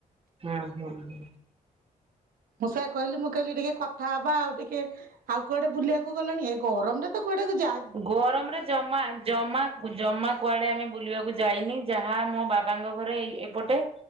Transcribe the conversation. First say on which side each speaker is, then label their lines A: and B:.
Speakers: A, on the right; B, on the right.
A: ହଁ ହଁ ହଁ।
B: ମୁଁ ସେଆ କହିଲି ମୁଁ କହିଲି ଟିକେ କଥା ହବା ଆଉ ଟିକେ ଆଉ କୁଆଡେ ବୁଲିବାକୁ ଗଲଣି ଏ ଗରମରେ ତ କୁଆଡେ କୁ ଯା
A: ଗରମରେ ଜମା ଜମା କୁ ଜମା କୁଆଡେ ଆମେ ବୁଲିବାକୁ ଯାଇନି ଯାହା ମୋ ବାବାଙ୍କ ଘରେ ଏଇ ଏପଟେ